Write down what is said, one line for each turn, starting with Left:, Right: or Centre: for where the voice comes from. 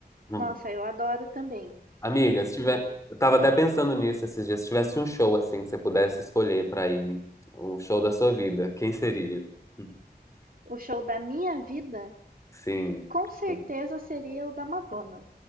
Left: hum.
Right: Nossa, eu adoro também.
Left: Amiga, se tiver, eu tava até pensando nisso esses dias. Se tivesse um show assim que você pudesse escolher pra ir, o show da sua vida, quem seria? Hum,
Right: O show da minha vida,
Left: Sim.
Right: com certeza
Left: tipo,
Right: seria o da Madonna,